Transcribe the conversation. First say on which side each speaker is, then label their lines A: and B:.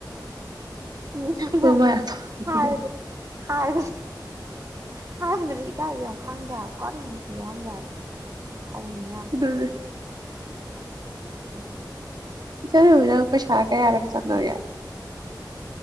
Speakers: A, on the right (about 40°); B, on the right (about 65°).
A: <unintelligible>
B: ꯃꯃꯥꯏ ꯑꯐꯕꯗꯣ
A: ꯍꯥꯏꯕ ꯍꯥꯏꯕꯗꯤ ꯏꯀꯥꯏꯕꯨ ꯈꯪꯗꯦ ꯍꯥꯏꯕ ꯀꯔꯤ ꯅꯨꯄꯤꯅꯣ ꯈꯪꯗꯦ ꯍꯥꯏꯕ ꯁꯥꯎꯅꯤꯡꯅꯤꯌꯥꯝ
B: ꯑꯗꯨꯅꯦ
A: <inaudible>
B: <unintelligible> ꯄꯩꯁꯥ ꯀꯌꯥꯒꯥ ꯆꯉꯥꯒꯦ